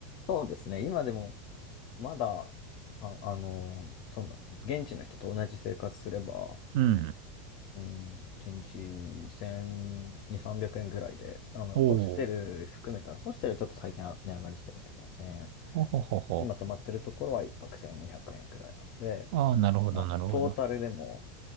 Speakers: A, on the left (about 45°); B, on the right (about 55°).
A: そうですね。今でも、まだ、あ、あのーそんな、現地の人と同じ生活すれば、
B: うん。
A: うん、1日1200、300円ぐらいで、あ、まあ、
B: おお。
A: ホステル含めたら、ホステルちょっと最近は値上がりしてるんでね、1000円
B: ほほほほ
A: 今泊まってるところは一泊1200円くえんくらいなんで、
B: ああ、なるほど、
A: まあ、
B: なるほど。
A: トータルでも、
B: あ